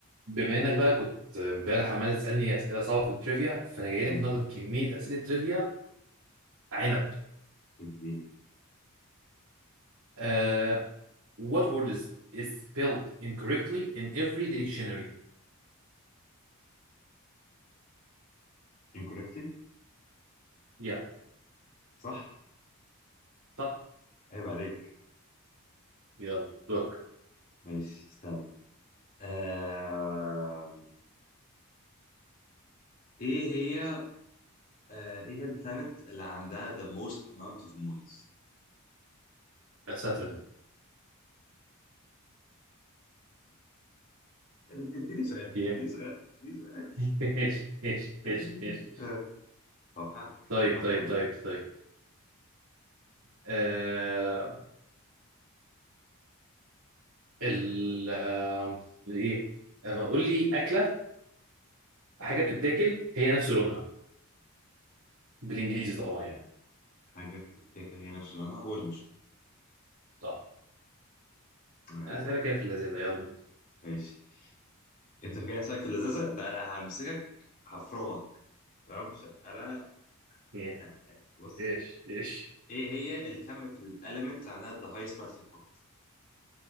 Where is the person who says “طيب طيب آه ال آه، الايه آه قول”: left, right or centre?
Right